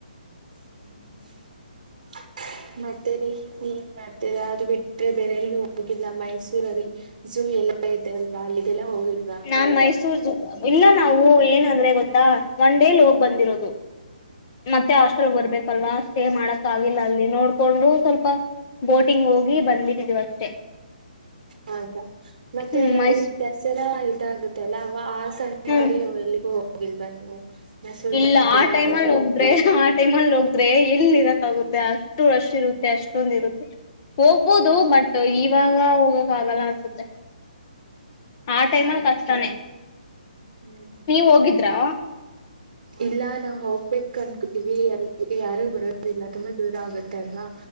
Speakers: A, on the right; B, on the left.
A: <unintelligible> ಮತ್ತೆ ರಿ ಏನ್ ಮಾಡ್ತೀರಾ ಅದು ಬಿಟ್ರೆ ಬೇರೆ ಎಲ್ಲೂ ಹೋಗಿಲ್ಲ ಮೈಸೂ ಮೈಸೂರ್ ಅಲ್ಲಿ ಝೂ ಎಲ್ಲ ಇದೆ ಅಲ್ವಾ ಅಲ್ಲಿಗೆಲ್ಲ ಹೋಗಿಲ್ವಾ
B: ನಾನ್ ಮೈಸೂರ್ ಇಲ್ಲ ನಾವು ಏನ ಅಂದ್ರೆ ಗೊತ್ತಾ ಒನ್ ಡೇಲಿ ಹೋಗ್ ಬಂದಿರೋದು
A: ಹಾ
B: ಮತ್ತೆ ಹಾಸ್ಟೆಲ್
A: ಹಾಗೆ
B: ಬರ್ಬೇಕಲ್ವಾ ಸ್ಟೇ ಮಾಡಕ್ ಆಗಿಲ್ಲ ಅಲ್ಲಿ ನೋಡ್ಕೊಂಡು ಸ್ವಲ್ಪ ಬೋಟಿಂಗ್ ಹೋಗಿ ಬಂದಬಿಟ್ಟಿದೀವಿ ಅಷ್ಟೇ
A: ಹೌದಾ ಮತ್ತೆ
B: ಹ್ಮ್ ಮೈಸ್
A: ಅಲ್ಲಿ ದಸರಾ ಇದಾಗುತ್ತೆ ಅಲ್ಲ ಅವ ಆ <unintelligible>
B: ಹ್ಮ್
A: ತರಿ ಎಲ್ಲಿಗೂ ಹೋಗಿಲ್ವಾ ನೀವು ಮೈಸೂರು
B: ಇಲ್ಲ
A: ದಸರಾ
B: ಆ ಟೈಮಲ್ಲಿ ಒಬ್ರೆ ಆ ಟೈಮಲ್ಲಿ ಹೋಗ <unintelligible> ಎಲ್ಲಿ ಇರಕ್ಕಾಗುತ್ತೆ ಅಷ್ಟು ರಶ್ ಇರುತ್ತೆ ಅಷ್ಟೊಂದ ಇರುತ್ತೆ ಹೋಗ್ಬೋದು ಬಟ್ ಇವಾಗ ಹೋಗಕ ಆಗಲ್ಲ ಅನ್ಸುತ್ತೆ ಆ
A: ಹೌದಾ
B: ಟೈಮ್ ಅಲ್ ಕಷ್ಟಾನೇ
A: ಹ್ಮ್
B: ನೀವ ಹೋಗಿದ್ರಾ
A: ಇಲ್ಲ ನಾವು ಹೋಗ್ಬೇಕು ಅನ್ಕೊತೀವಿ ಅಲ್ಲಿಗೆ ಯಾರು ಬರೋದಿಲ್ಲ ತುಂಬಾ ದೂರ ಆಗುತ್ತಲ್ವಾ